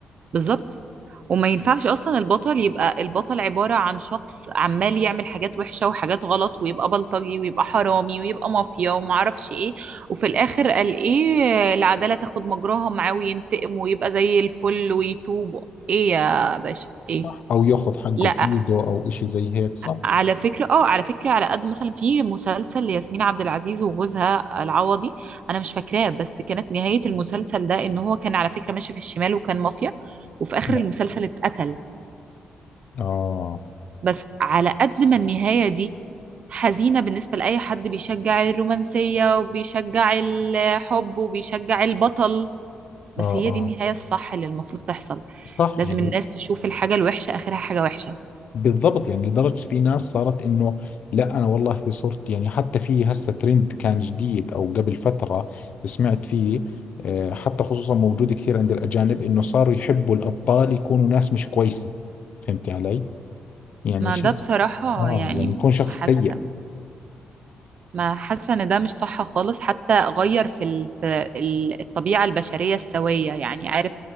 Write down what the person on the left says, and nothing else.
صح او ياخذ حقه
بايده او اشي زي هيك صح
اه
اه
اه
صح
يعني
بالضبط يعني لدرجة في ناس صارت إنه لا أنا والله صرت يعني حتى في هسه ترند كان جديد أو قبل فترة سمعت فيه آه، حتى خصوصا موجود كثير عند الأجانب إنه صاروا يحبوا الأبطال يكونوا ناس مش كويسة فهمت علي؟ يعني
شوف
آه
يعني يكون شخص
سيء